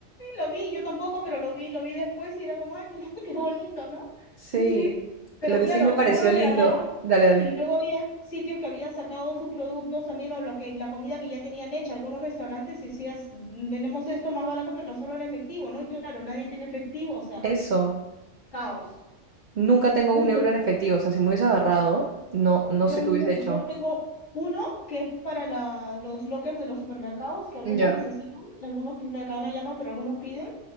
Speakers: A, on the left; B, on the right.
A: lo vi, yo tampoco, pero lo vi, lo vi después y era como, ay, qué, <laughs> qué bonito, ¿no?
B: Sí,
A: Sí, sí. Pero
B: lo que
A: claro,
B: sí me pareció
A: vos lo regalabas
B: lindo. Dale, dale.
A: y luego había sitios que habían sacado sus productos también o lo que, la comida que ya tenían hecha. Algunos restaurantes decías, "Mm, vendemos esto más barato, pero solo en efectivo, ¿no? Y claro, nadie tiene efectivo, o sea,
B: Eso.
A: caos.
B: Nunca tengo
A: Muy
B: un euro
A: loco.
B: en efectivo, o sea, si me hubiese agarrado, no, no
A: Yo,
B: sé qué
A: mu-
B: hubiese hecho.
A: yo tengo uno que es para la- los lockers de los supermercados, que algunos
B: Ya,
A: necesitan, algunos pi- Mercadona ya no, pero algunos piden.